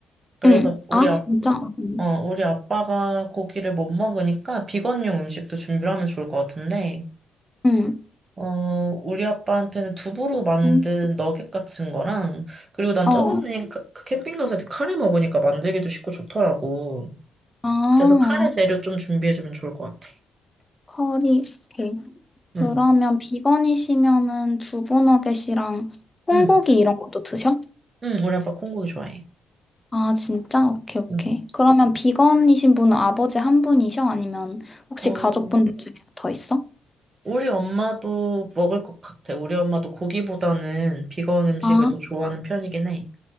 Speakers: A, on the right; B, on the left.
A: 그래서
B: 응.
A: 우리
B: 아,
A: 아,
B: 진짜? 어, 응.
A: 어, 우리 아빠가 고기를 못 먹으니까 비건용 음식도 준비를 하면 좋을 것 같은데,
B: 응.
A: 어, 우리 아빠한테는 두부로 만든
B: 음,
A: 너겟 같은 거랑, 그리고 난
B: 어.
A: 저번에 그, 그 캠핑 가서 이렇게 카레 먹으니까 만들기도 쉽고 좋더라고.
B: 아,
A: 그래서 카레 재료 좀 준비해주면 좋을 것 같아.
B: 커리. 오케이.
A: 응,
B: 그러면 비건이시면은 두부너겟이랑 콩고기
A: 응,
B: 이런 것도 드셔?
A: 응, 우리 아빠 콩고기 좋아해.
B: 아, 진짜? 오케이, 오케이.
A: 응.
B: 그러면 비건이신 분은 아버지 한 분이셔? 아니면 혹시
A: 어,
B: 가족분들 중에 더 있어?
A: 우리 엄마도 먹을 것 같아. 우리 엄마도 고기보다는 비건 음식을
B: 아,
A: 더 좋아하는 편이긴 해.